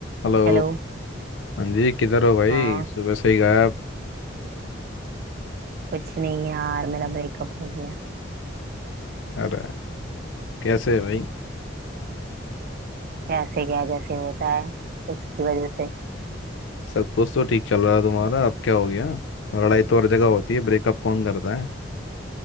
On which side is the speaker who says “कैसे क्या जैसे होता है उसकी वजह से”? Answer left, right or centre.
Right